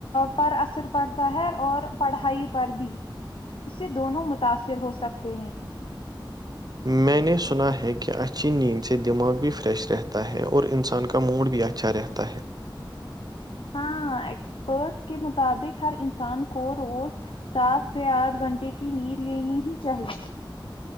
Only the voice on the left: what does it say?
پر اثر پڑتا ہے اور پڑھائی پر بھی اس سے دونوں متاثر ہو سکتے ہیں
ہاں ایکسپرٹس کے مطابق ہر انسان کو روز سات سے آٹھ گھنٹے کی نیند لینی ہی چاہیے